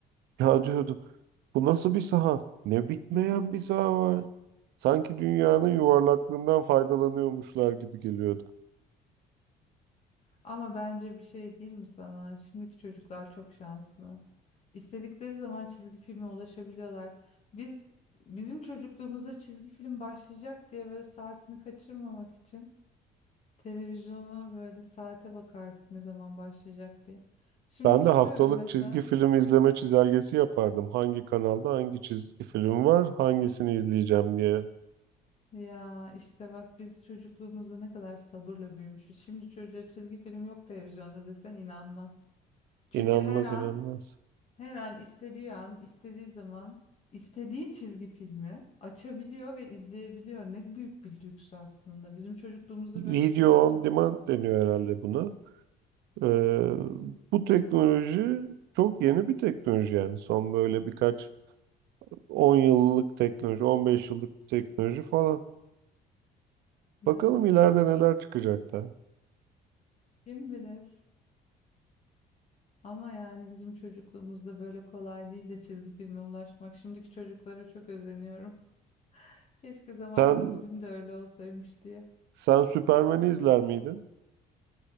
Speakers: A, on the right (about 80°); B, on the left (about 40°).
A: Ya diyordum, bu nasıl bir saha? Ne bitmeyen
B: <laughs>
A: bir saha var. Sanki dünyanın yuvarlaklığından faydalanıyormuşlar gibi geliyordu.
B: Ama bence bir şey diyeyim mi sana? Şimdiki çocuklar çok şanslı. İstedikleri zaman çizgi filme ulaşabiliyorlar. Biz bizim çocukluğumuzda çizgi film başlayacak diye böyle saatini kaçırmamak için televizyona böyle saate bakardık ne zaman başlayacak diye. Şimdi
A: Ben
B: bakıyorum
A: de haftalık
B: mesela
A: çizgi film izleme çizelgesi yapardım. Hangi kanalda hangi çizgi film var, hangisini izleyeceğim diye.
B: Ya işte bak biz çocukluğumuzda ne kadar sabırla büyümüşüz. Şimdi çocuğa çizgi film yok televizyonda desen inanmaz. Çünkü
A: İnanmaz
B: her an,
A: inanmaz.
B: her an istediği an, istediği zaman, istediği çizgi filmi açabiliyor ve izleyebiliyor. Ne büyük bir lüks aslında. Bizim çocukluğumuzda böyle
A: Video
B: bir şey yoktu.
A: on demand deniyor herhalde buna. Ee, bu teknoloji çok yeni bir teknoloji yani. Son böyle birkaç 10 yıllık teknoloji, 15 yıllık bir teknoloji falan.
B: Evet,
A: Bakalım ileride neler çıkacak da.
B: kim bilir? Ama yani bizim çocukluğumuzda böyle kolay değil de çizgi filme ulaşmak. Şimdiki çocuklara çok özeniyorum. Keşke zamanında
A: Sen
B: bizim de öyle olsaymış diye.
A: sen Süpermen'i izler miydin?